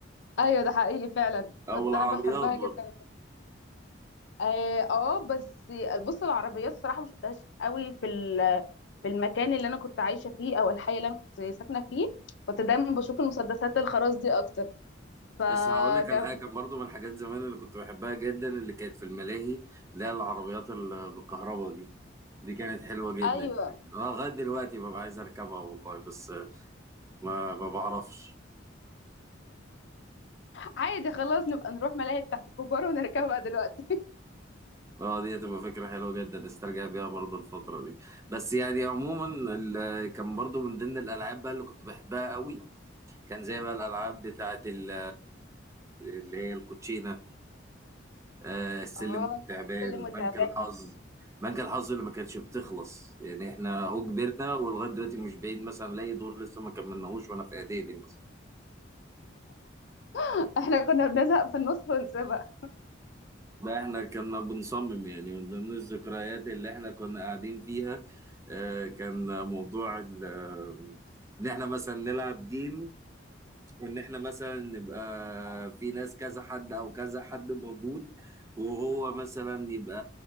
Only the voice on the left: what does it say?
ايوه ده حقيقي فعلا
كنت
انا بحبها جدا اه آه، بس بص العربيات الصراحه ما شفتهاش قوي في ال- في المكان اللي انا كنت عايشه فيه او الحي اللي انا كنت ساكنه فيه كنت دايما بشوف المسدسات الخرز دي اكتر فكان
<laughs> ايوه
عادي خلاص نبقى نروح ملاهي بتاعت الكبار ونركبها دلوقتي
اه
اللي متابعين
<laughs> احنا كنا بنزهق في النص ونسيبها